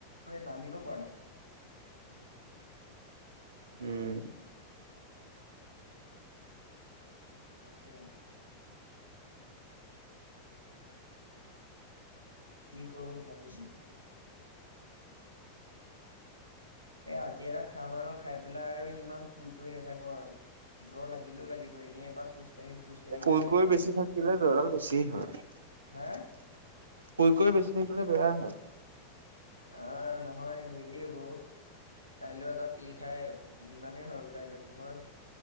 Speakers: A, on the left; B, on the right.
A: নামিব পা
B: উম
A: তাকেই কি কৰম ভাবিছো এই আজি এটা খাম আৰু খাই পেলাই আৰু ইমান ফুৰ কৰি নাথাকো আৰু জ্বৰ লাগিলেও লাগিব এনেই এপ পৰা খোজ কাঢ়িম খোজ কাঢ়িম
B: কুলকৈ
A: ওলাই যাম
B: বেছি
A: আৰু মই।
B: থাকিলে জৰাল বেছি হয়
A: হা
B: কৈ কৈ বেছি থাকিলে বেয়াাই হয়
A: আহ নহয় হেৰি হব কাইলৈ এটা পিল খাই যিমানেই হয় ওলাই যাম নহয়